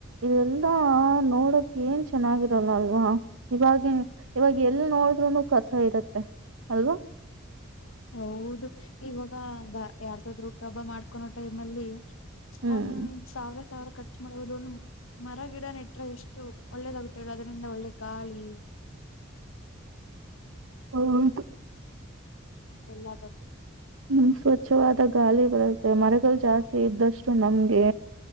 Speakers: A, on the right (about 75°); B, on the left (about 80°).
A: ಇದೆಲ್ಲಾ ನೋಡಕ್ ಏನ್ ಚೆನ್ನಾಗಿರಲ್ಲ ಅಲ್ವಾ ಇವ ಇವಾಗ ಎಲ್ ನೋಡಿದ್ೂನು ಕಸ ಇರತ್ತೆ ಅಲ್ವಾ
B: ಹೌದು ಇವಾಗ ಬ ಯಾರ್ದಾದ್ರು ಹುಟ್ಟಿಹಬ್ಬ ಮಾಡ್ಕೊನೋ ಟೈಮ್ ಅಲ್ಲಿ
A: ಹ್ಮ್
B: ಒಂದ್ ಸಾವಿರ ಸಾವಿರ ಖರ್ಚು ಮಾಡಬಹುದು ಒಂದು ಮರ ಗಿಡ ನೆಟ್ರ ಎಷ್ಟು ಒಳ್ಳೇದಾಗುತ್ತೆ ಅದರಿಂದ ಒಳ್ಳೆ ಗಾಳಿ
A: ಹೌದು
B: ಎಲ್ಲ ಬರುತ್ತೆ.
A: ಹ್ಮ್ ಸ್ವಚ್ಛವಾದ ಗಾಳಿ ಬರುತ್ತೆ ಮರಗಳು ಜಾಸ್ತಿ ಇದ್ದಷ್ಟು ನಮ್ಗೆ